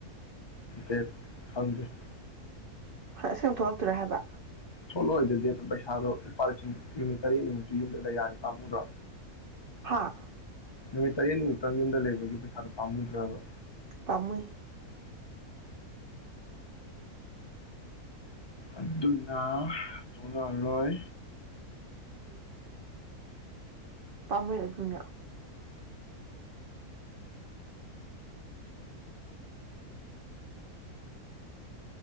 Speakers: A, on the left; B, on the right.
A: ꯗ ꯊꯪꯗꯦ
B: ꯑꯁꯦꯡꯕ ꯊꯣꯛꯂꯛꯇꯣꯏꯔꯥ ꯍꯥꯏꯕ
A: ꯁꯣꯂꯣꯏꯗꯗꯤ ꯑꯗꯨ ꯄꯩꯁꯥꯗꯣ ꯂꯨꯄꯥ ꯂꯤꯁꯤꯡ ꯃꯤꯅꯤꯠ ꯇꯔꯦꯠꯅꯤ ꯅꯨꯃꯤꯠꯇꯨ ꯌꯨꯝꯗ꯭ꯔꯒ ꯌꯥꯅꯤ ꯇꯥꯝꯃꯨꯗ꯭ꯔꯣ
B: ꯍꯥꯥ
A: ꯅꯨꯃꯤꯠ ꯇꯔꯦꯠꯅꯤꯃꯤꯛꯇꯪ ꯌꯨꯝꯗ ꯂꯩꯕꯒꯤ ꯔ ꯄꯝꯕ
B: ꯄꯥꯝꯃꯨꯏ
A: ꯑꯗꯨꯅ ꯊꯣꯛꯂꯛꯔꯣꯏ
B: ꯎꯝ ꯇꯥꯃꯨ ꯌꯥ ꯇꯨꯡ